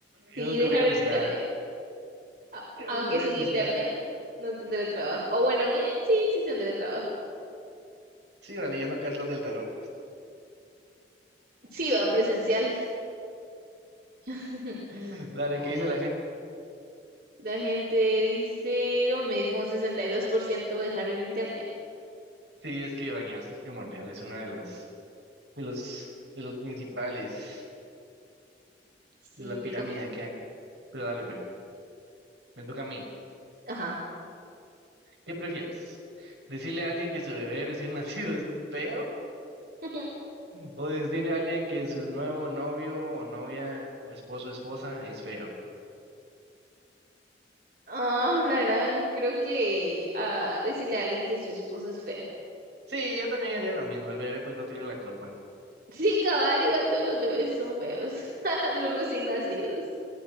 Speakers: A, on the right; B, on the right.
A: Yo
B: Sí,
A: no te
B: dejar
A: voy a juzgar,
B: el internet. A-
A: yo
B: Aunque
A: no te voy
B: sin
A: a juzgar.
B: internet no tendré trabajo. O bueno, bien, sí, sí tendré trabajo.
A: Sigo leyendo cartas del tarot.
B: Sí, va presencial. <laughs>
A: <laughs> Dale,
B: Va.
A: ¿qué dice la gente?
B: La gente dice lo mismo, Sesenta y dos por ciento dejar el internet.
A: Sí, es que bañarse es primordial, es una de las, de los, de los principales
B: Sí,
A: de la pirámide
B: te toca.
A: que hay. Pero dale, pues. Me toca a mí.
B: Ajá.
A: ¿Qué prefieres? ¿Decirle a alguien que su bebé recién <laughs> nacido es feo?
B: <laughs>
A: ¿O decirle a alguien que su nuevo novio o novia o esposo o esposa es feo?
B: Ah, la gran, creo que ah, decirle a alguien que su esposo es feo.
A: Sí, yo también haría lo mismo. El bebé pues no tiene la culpa.
B: Sí, cabal, igual todos los bebés son feos, <laughs> los recién nacidos.